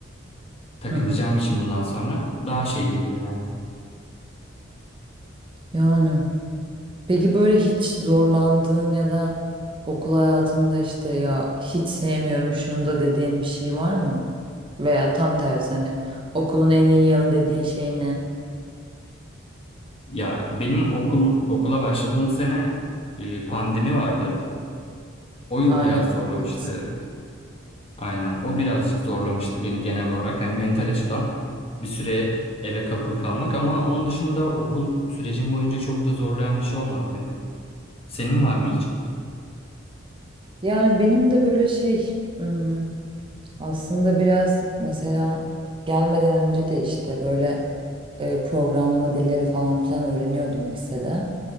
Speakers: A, on the left; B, on the right.
A: takılacağım
B: Hı hı.
A: için bundan sonra daha şey geliyor yani.
B: Yani. Peki böyle hiç zorlandığın ya da okul hayatında işte ya hiç sevmiyorum şunu da dediğin bir şey var mı? Veya tam tersi hani okulun en iyi yanı dediğin şey ne?
A: Ya benim okul okula başladığım sene e, pandemi vardı. O yıl
B: Aynı.
A: biraz zorlamıştı.
B: durumdayız.
A: Aynen. O birazcık zorlamıştı beni genel olarak. Yani mental açıdan bir süre eve kapalı kalmak ama onun dışında okul sürecim boyunca çok da zorlayan bir şey olmadı beni. Senin var mı hiç?
B: Yani benim de böyle şey hmm, aslında biraz mesela gelmeden önce de işte böyle e, programlama dilleri falan filan öğreniyordum lisede.